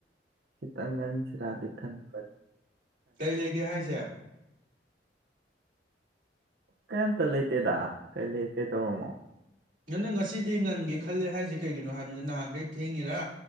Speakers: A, on the right; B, on the right.
A: ꯈꯤꯇꯪ ꯉꯟꯁꯤꯔꯗꯤ ꯈꯟꯕꯅꯤ
B: ꯀꯔꯤ ꯂꯩꯒꯦ ꯍꯥꯏꯁꯦ
A: ꯀꯩꯝꯇ ꯂꯩꯇꯦꯗ ꯀꯔꯤ ꯂꯩ ꯀꯩꯇꯧꯔꯝꯃꯣ
B: ꯅꯪꯅ ꯉꯁꯤꯗꯤ ꯉꯟꯒꯦ ꯈꯂꯦ ꯍꯥꯏꯁꯦ ꯀꯩꯒꯤꯅꯣ ꯍꯥꯏꯕꯅꯤꯅ ꯅꯍꯥꯟꯈꯩ ꯊꯦꯡꯉꯤꯔ